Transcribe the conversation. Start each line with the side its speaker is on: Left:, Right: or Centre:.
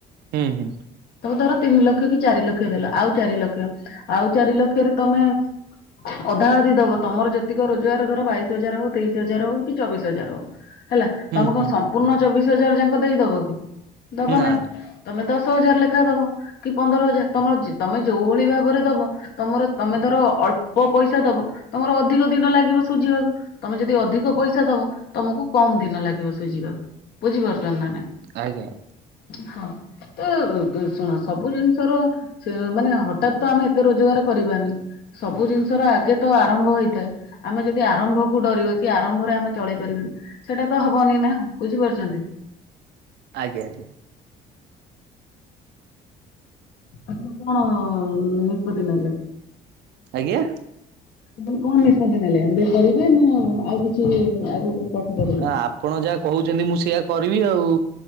Right: ହୁଁ ହୁଁ।
Left: ତମେ ଧର ତିନି ଲକ୍ଷ କି ଚାରି ଲକ୍ଷ ଦେଲ ଆଉ ଚାରିିଲକ୍ଷ ଆଉ ଚାରି ଲକ୍ଷରେ ତମେ ଅଧା ଅଧି ଦବ ତମର ଯେତିକ ରୋଜଗାର ଧର ବାଇଶ ହଜାର ହଉ ତେଇଶି ଶି ହଜାର ହଉ କି ଚବିଶ ହଜାର ହଉ ହେଲା
Right: ହୁଁ
Left: ତମେ କଣ
Right: ହୁଁ
Left: ସମ୍ପୂର୍ଣ୍ଣ ଚବିଶ ହଜାର ଯାକ ଦେଇଦବ କି। ଦବ
Right: ନା
Left: ନାଇଁ
Right: ନା
Left: ତମେ ଦଶ ହଜାର ଲେଖା ଦବ। କି ପନ୍ଦର ହଜାର୍ ତମର ତମେ ଯୋଉ ଭଳି ଭାବରେ ଦବ ତମର ତମେ ଧର ଅଳ୍ପ ପଇସା ଦବ ତମର ଅଧିକ ଦିନ ଲାଗିବ ସୁଝିବାକୁ ତମେ ଯଦି ଯଦି ଅଧିକ ପଇସା ଦବ ତମକୁ କମ ଦିନ ଲାଗିବ ସୁଝିବାକୁ ବୁଝି ପାରୁ ନା ନାଇଁ।
Right: ଆଜ୍ଞା ଆ୍
Left: ହଁ ତ ଶୁଣ ସବୁ ଜିନିଷର ସେ ମାନେ ହଠାତ୍ ତ ଆମେ ଏତେ ରୋଜଗାର କରିବାନି। ସବୁ ଜିନିଷର ଆଗେ ତ ଆରମ୍ଭ ହେଇଥାଏ ଆମେ ଯଦି ଆରମ୍ଭକୁ ଡରିବା। କି ଆରମ୍ଭରେ ଆମେ ଚଳେଇ ପାରିବନି ସେଟା ତ ହବନି ନା ବୁଝିପାରୁଛନ୍ତି।
Right: ଆଜ୍ଞା ଆଜ୍ଞା।
Left: ଆପଣ କଅଣ ନିଷ୍ପତ୍ତି ନେଲେ।
Right: ଆଜ୍ଞା।
Left: ଲେ କଣ ନିଷ୍ପତ୍ତି ନେଲେ ଏବେ କରିବେ ନା ଆଉ କିଛି ଆଗକୁ ପାଠ ପଢିବେ?
Right: ହ ଆପଣ ଯାହା କହୁଛନ୍ତି ମୁଁ ସେଇଆ କରିବି ଆଉ।